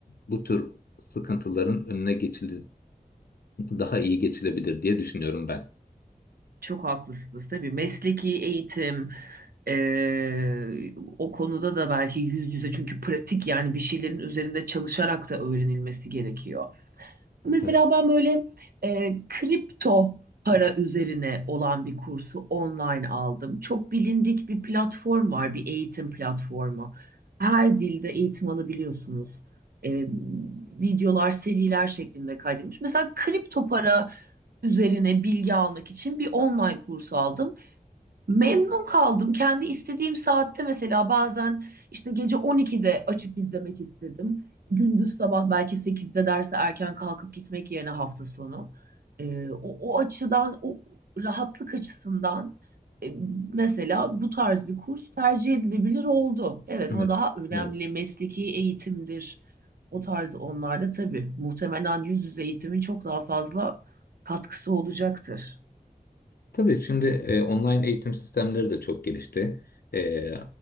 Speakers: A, on the left; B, on the right.
A: bu tür sıkıntıların önüne geçil daha iyi geçilebilir diye düşünüyorum ben.
B: Çok haklısınız tabii. Mesleki eğitim eee, o konuda da belki yüz yüze çünkü pratik yani bir şeylerin üzerinde çalışarak da öğrenilmesi gerekiyor. Mesela
A: Evet,
B: ben böyle e, kripto para üzerine olan bir kursu online aldım. Çok bilindik bir platform var, bir eğitim platformu. Her dilde eğitim alabiliyorsunuz. E, videolar, seriler şeklinde kaydedilmiş. Mesela kripto para üzerine bilgi almak için bir online kurs aldım. Memnun kaldım. Kendi istediğim saatte mesela bazen işte gece 12'de açıp izlemek istedim. Gündüz sabah belki sekizde derse erken kalkıp gitmek yerine hafta sonu. Ee, o, o açıdan, o rahatlık açısından e, mesela bu tarz bir kurs tercih edilebilir oldu. Evet
A: Evet.
B: ama daha önemli
A: evet.
B: mesleki eğitimdir. O tarz onlarda tabii muhtemelen yüz yüze eğitimin çok daha fazla katkısı olacaktır.
A: Tabii şimdi e, online eğitim sistemleri de çok gelişti. E,